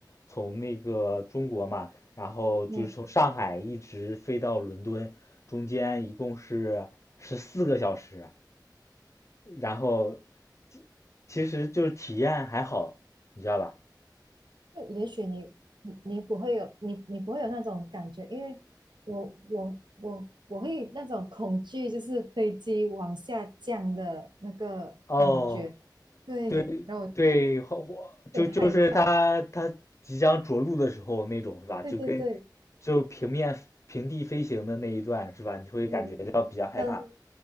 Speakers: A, on the left; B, on the right.
A: 从那个中国嘛，然后就是从上海一直飞到伦敦，
B: 嗯，
A: 中间一共是十四个小时，然后其实就是体验还好，你知道吧？
B: 就也许你你你不会有你你不会有那种感觉，因为我我我我会那种恐惧，就是飞机往下降的那个感觉，
A: 哦，
B: 对，
A: 对对，
B: 然后我有
A: 火火就就是他他即将着陆的时候那种是吧？
B: 点害怕，对对对
A: 就跟就平面平地飞行的那一段是吧？你会感觉到比较害怕
B: 对，跟